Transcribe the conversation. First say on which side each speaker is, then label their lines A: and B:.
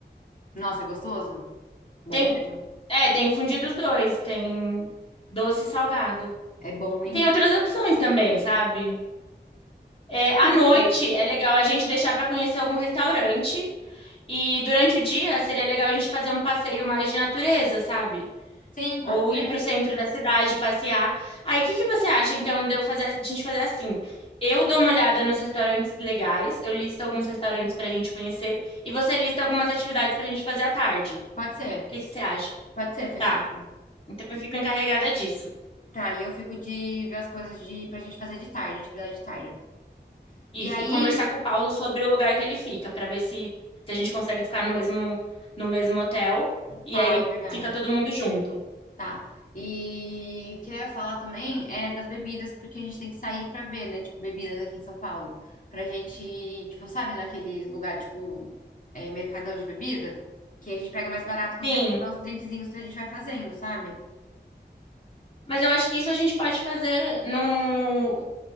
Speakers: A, on the left; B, on the left.
A: Nossa, é gostoso? Bom
B: Tem,
A: mesmo?
B: é, tem fundido os dois, tem doce e salgado.
A: É bom, hein?
B: E tem outras opções também, sabe? É, à
A: Não,
B: noite
A: sim.
B: é legal a gente deixar para conhecer algum restaurante. E durante o dia seria legal a gente fazer um passeio mais de natureza, sabe?
A: Sim, pode
B: ou
A: ser.
B: ir para o centro da cidade passear. Aí, o que que você acha, então, de eu fazer, de a gente fazer assim? Eu dou uma olhada nos restaurantes legais, eu listo alguns restaurantes para a gente conhecer, e você lista algumas atividades para a gente fazer à tarde.
A: Pode ser.
B: O que que você acha?
A: Pode ser, fechado.
B: Tá. Então, eu fico encarregada disso.
A: Tá, e eu fico de ver as coisas de, pra gente fazer de tarde, atividade de tarde.
B: Isso.
A: E aí,
B: E conversar com o Paulo sobre o lugar que ele fica, para ver se, se a gente consegue ficar no mesmo, no mesmo hotel. E
A: tá,
B: aí
A: é verdade.
B: fica todo mundo junto.
A: Tá. E o que eu ia falar também é das bebidas, porque a gente tem que sair pra ver, né? Tipo, bebidas aqui em São Paulo. Pra gente, tipo, sabe, naquele lugar, tipo, é, mercadão de bebida, que a gente pega mais barato e consegue
B: Sim.
A: levar uns drinkzinhos que a gente vai fazendo, sabe?
B: Mas eu acho que isso a gente pode fazer no